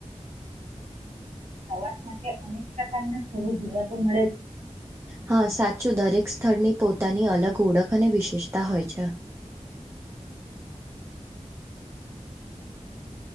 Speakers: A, on the right; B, on the right.
A: પ્રવાસ માટે અનેક પ્રકારના થોડ જોવા તો મળે.
B: હા સાચું દરેક સ્થળની પોતાની અલગ ઓળખ અને વિશેષતા હોય છે.